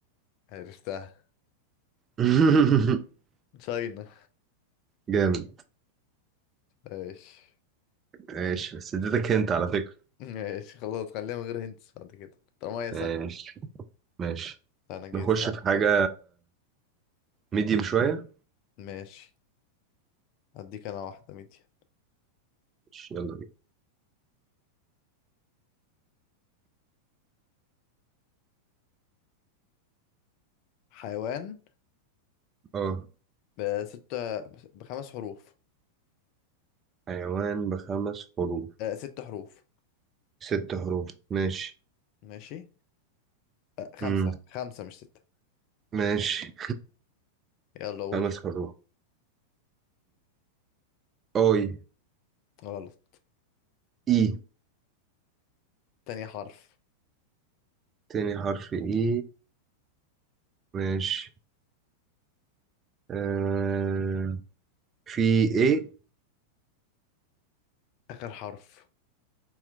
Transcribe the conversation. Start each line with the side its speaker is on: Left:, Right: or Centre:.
Left: عرفتها
Right: <laughs>
Left: تشاينا
Right: جامد
Left: ماشي
Right: ماشي بس اديتك انت على فكرة
Left: ماشي خلاص خليها من غير هنتس بعد كده طالما هي سهلة
Right: ماشي ماشي
Left: انا جيت
Right: نخش
Left: استنى
Right: في حاجة ميديم شوية
Left: ماشي هديك انا واحدة ميديا
Right: ماشي، يلا بينا
Left: حيوان
Right: اه
Left: بستة بخمس حروف
Right: حيوان بخمس حروف
Left: آه ست حروف
Right: ست حروف ماشي
Left: ماشي آه خمسة
Right: امم
Left: خمسة مش ستة
Right: ماشي
Left: يلا قول
Right: خمس حروف اي
Left: غلط
Right: اي
Left: تاني حرف
Right: تاني حرف اي ماشي آه في ايه
Left: آخر حرف